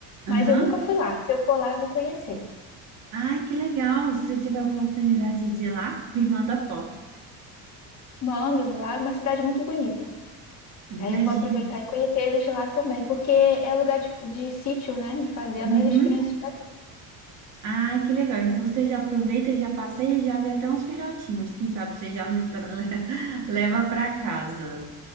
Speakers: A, on the right; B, on the left.
A: Aham.
B: mas eu nunca fui lá. Se eu for lá, eu vou conhecer.
A: Ai, que legal! Se você tiver a oportunidade de ir lá, me manda foto.
B: Mando, lá é uma cidade muito bonita.
A: Imagino.
B: Aí eu vou aproveitar e conhecer eles lá também, porque é lugar de, de sítio, né? De fazenda,
A: Uhum.
B: aí eles criam esse cachorros.
A: Ai, que legal. Então você já aproveita, já passeia e já vê até uns filhotinhos. Quem sabe você já não tra- <laughs> leva para casa.